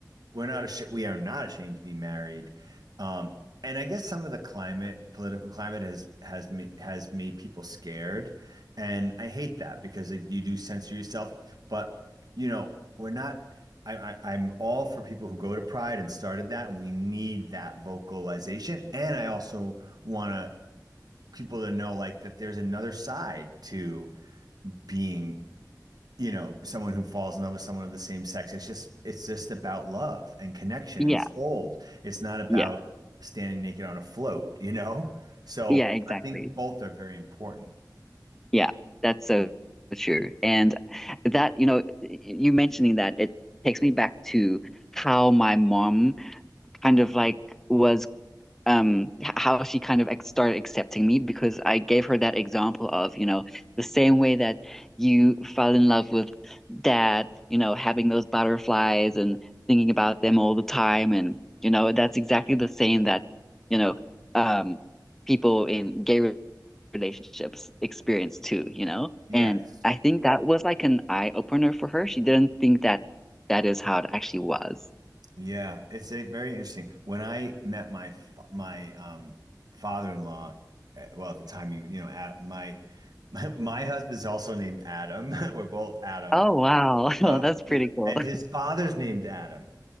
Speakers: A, on the right (about 65°); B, in the centre.
A: we're not ashamed, we are not ashamed to be married. Um, and I guess some of the climate, political climate has has ma- has made people scared, and I hate that because it, you do censor yourself. But you know, we're not. I, I, I'm all for people who go to Pride and started that, and we need that vocalization. And I also want to people to know like that there's another side to being you know, someone who falls in love with someone of the same sex. It's just it's just about love and connection
B: Yeah,
A: and souls. It's not Yeah. about
B: yeah,
A: standing naked on a float, you know? So
B: yeah, exactly.
A: I think both are very important.
B: Yeah, that's so true. And that, you know, you mentioning that it takes me back to how my mom kind of like was um how she kind of started accepting me because I gave her that example of, you know, the same way that you fell in love with dad, you know, having those butterflies and thinking about them all the time and you know, that's exactly the same that, you know, um people in gay re- relationships experience too, you know?
A: Yes.
B: And I think that was like an eye opener for her. She didn't think that that is how it actually was.
A: Yeah, it's a very interesting. When I met my fa- my um father-in-law, uh, well, at the time you you know, at my <laughs> my my husband's also named Adam. <laughs> We're both Adam.
B: Oh wow. <laughs> Well,
A: So,
B: that's pretty
A: yeah,
B: cool.
A: and his father's named Adam.